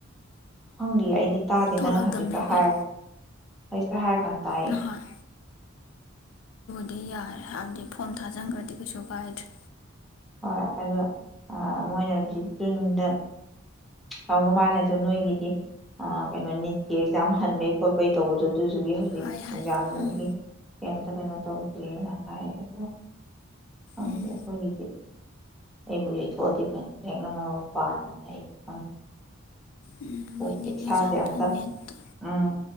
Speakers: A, in the centre; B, on the left.
A: ꯍꯪꯔꯤ ꯑꯩꯗ ꯇꯥꯗꯦ
B: ꯊꯣꯛꯂꯛꯇꯕꯅ
A: ꯅꯪꯅ ꯍꯧꯖꯤꯛꯇ
B: ꯐꯩ
A: ꯍꯥꯏꯔ ꯑꯩꯁ ꯍꯥꯏ ꯀ ꯇꯑꯌꯦ
B: ꯅꯍꯥꯟ ꯗꯤ ꯌꯥꯔꯦ ꯍꯥꯏꯕꯗꯤ ꯐꯣꯝ ꯊꯥꯖꯤꯟꯈ꯭ꯔꯗꯤ ꯀꯩꯁꯨ ꯀꯥꯏꯗ꯭ꯔꯦ
A: ꯍꯣꯏ ꯑꯗꯣ ꯃꯣꯏꯅꯗꯤ ꯖꯨꯟꯗ ꯇꯥꯎꯗꯧ ꯃꯥꯜꯂꯦ ꯑꯗꯣ ꯅꯣꯏꯒꯤꯗꯤ ꯀꯩꯅꯣ ꯅꯤꯠꯀꯤ ꯑꯦꯛꯖꯥꯝ ꯍꯟꯕꯩ ꯈꯣꯠꯄꯩ ꯇꯧꯕꯗ ꯑꯗꯨꯗꯨꯒꯤ ꯍꯧꯖꯤꯛ
B: ꯍꯥꯏ ꯍꯥꯏ
A: ꯌꯥꯝꯒꯤ
B: ꯑꯥ
A: ꯀ ꯀꯩꯅꯣ ꯇꯧꯗꯦꯅ ꯍꯥꯏꯌꯦꯣ ꯍꯈꯣꯏꯗꯤ
B: ꯎꯝ
A: ꯑꯩꯕꯨ ꯌꯩꯊꯣꯛꯑꯗꯤ ꯐꯅꯤ ꯂꯦꯛꯅ ꯃꯔꯣꯡ ꯄꯥꯗꯕꯅꯦ ꯑꯩ ꯈꯪꯗꯦ
B: ꯎꯝ
A: ꯀꯣꯛꯁꯦ
B: ꯃꯣꯏ ꯅꯤꯠ
A: ꯏꯁꯥꯁꯦ
B: ꯑꯦꯛꯖꯥꯝꯗꯣ
A: ꯑꯝꯇ
B: ꯅꯦꯠꯇꯣ
A: ꯎꯝ